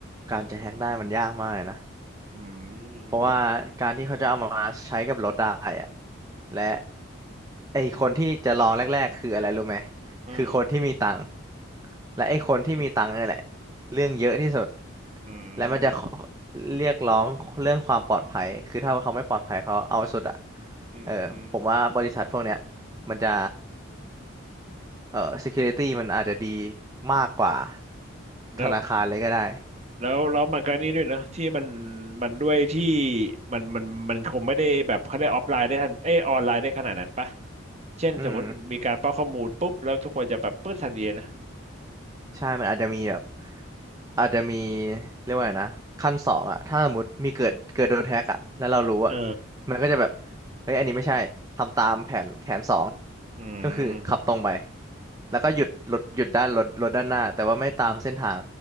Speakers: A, on the right (about 15°); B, on the right (about 30°).
A: การจะแฮ็กได้มันยากมากเลยนะ
B: อื
A: เพราะว่าการที่เขาจะเอามาใช้กับรถได้อะ
B: ม
A: และไอคนที่จะลองแรกๆคืออะไรรู้ไหม
B: อืม
A: คือคนที่มีตังค์และไอคนที่มีตังค์นี่แหละเรื่องเยอะที่สุด
B: อื
A: และมันจะขอ
B: ม
A: เรียกร้องเรื่องความปลอดภัยคือถ้าว่าเขาไม่ปลอดภัยเขาเอาสุดอ่ะ
B: อืมอืม
A: เออผมว่าบริษัทพวกเนี้ยมันจะเออ security มันอาจจะดีมากกว่า
B: แล้ว
A: ธนาคารเลยก็ได้
B: แล้วแล้วมันก็นี่ด้วยเนอะที่มันมันด้วยที่มันมันมันคงไม่ได้แบบเขาได้ออฟไลน์ได้ทันเอยออนไลน์ได้ขนาดนั้นปะเช่นสมมติมีการป้อนข้อมูลปุ๊บแล้วทุกคนจะแบบปื้ดทันทีนะ
A: อืม ใช่มันอาจจะมีแบบอาจจะมีเรียกว่าไงนะขั้นสองอะถ้าสมมติมีเกิดเกิดโดนแฮ็กอะแล้วเรารู้อะ
B: เออ
A: มันก็จะแบบเฮ้ยอันนี้ไม่ใช่ทำตามแผนแผนสอง
B: อื
A: ก็คือขับตรงไป
B: ม
A: แล้วก็หยุดรถหยุดด้านรถรถด้านหน้าแต่ว่าไม่ตามเส้นทาง